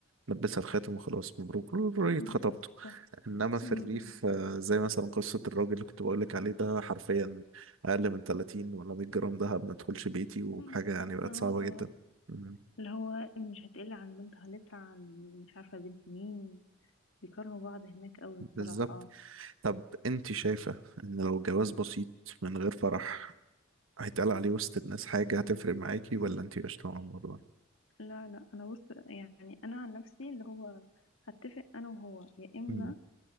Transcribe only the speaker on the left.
بالظبط
صح
امم
أمم.
اه
اه
آه.
اللي هو مش هتقل عن بنت خالتها عن مش عارفه بنت مين بيكرهوا بعض هناك قوي بصراحه
لا لا انا بص يعني انا عن نفسي اللي هو هتفق انا وهو يا اما